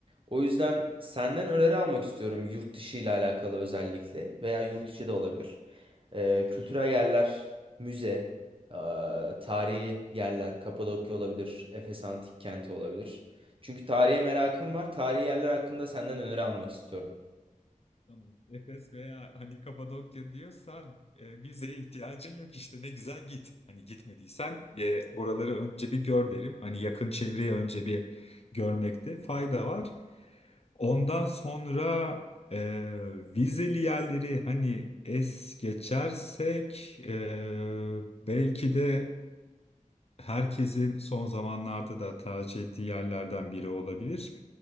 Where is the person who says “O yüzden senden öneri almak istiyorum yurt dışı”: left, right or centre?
Right